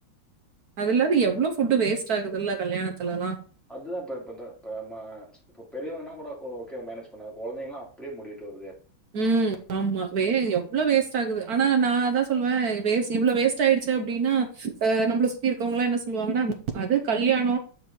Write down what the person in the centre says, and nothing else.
அதுதா இப்ப இப இந்த ம இப்ப பெரியவங்கனா கூட ஓகே மேனேஜ் பண்ண குழந்தைங்ளா அப்டியே மூடிட்டு வரு
ம்.